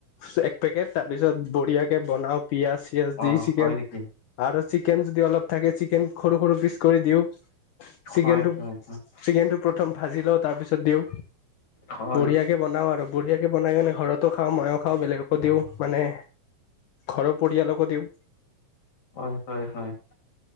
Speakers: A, on the left; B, on the left.
A: চেক পেকেট তাৰ পিছত বঢ়িয়া কে বনাওঁ পিঁয়াজ চিয়াজ
B: অ
A: দি চিকেন
B: হয় নেকি
A: আৰু চিকেন যদি অলপ তাকে চিকেন সৰু সৰু পিচ কৰি দিওঁ চিকেনটো,
B: হয় হয় হয়
A: চিকেনটো প্ৰথম ভাজি লওঁ তাৰ পিছত দিওঁ,
B: হয়
A: বঢ়িয়াকে বনাও আৰু বঢ়িয়া বনাই কেনে ঘৰতো খাওঁ, মইও খাওঁ, বেলেগকো দিওঁ, মানে ঘৰৰ পৰিয়ালকো দিওঁ।
B: হয় হয় হয়,